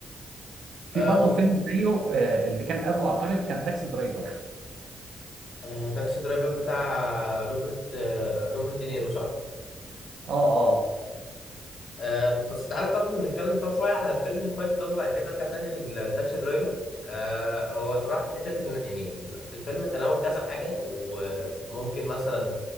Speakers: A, on the right; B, on the left.
A: في
B: آه،
A: برضه فيلم زيه آه، اللي كان قبله اعتقد كان تاكسي درايفر
B: آه، تاكسي درايفر بتاع روبرت آه، روبرت دينيرو صح
A: اه اه
B: آه، بس تعالى طب نتكلم طب شويه على فيلم فايت كلاب وبعد كده نرجع تاني لل- لتاكسي درايفر آه، هو صراحه حته ان يعني الفيلم تناول كذا حاجه وممكن مثلا